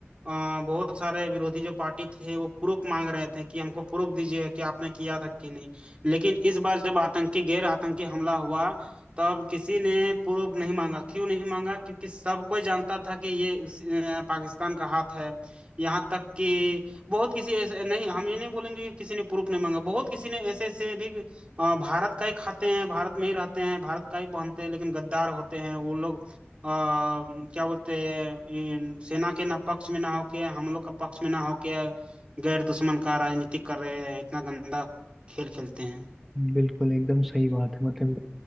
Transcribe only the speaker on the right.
अ, बहुत सारे विरोधी जो पार्टी थे वो प्रूफ मांग रहे थे कि हमको प्रूफ दीजिए कि आपने किया था कि नहीं लेकिन इस बार जब आतंकी गैर आतंकी हमला हुआ तब किसी ने प्रूफ नहीं मांगा क्यों नहीं मांगा क्योंकि सब कोई जानता था कि ये उस- अ, पाकिस्तान का हाथ है यहाँ तक कि बहुत किसी ऐसे नहीं हम ये नहीं बोलेंगे कि किसी ने प्रूफ नहीं मांगा बहुत किसी ने ऐसे ऐसे भी अ, भारत का ही खाते हैं भारत में ही रहते हैं भारत का ही पहनते हैं लेकिन गद्दार होते हैं वो लोग अ, क्या बोलते हैं इन- सेना के ना पक्ष में ना होके हम लोग का पक्ष में ना होके गैर दुश्मन का राजनीति कर रहे हैं इतना गंदा खेल खेलते हैं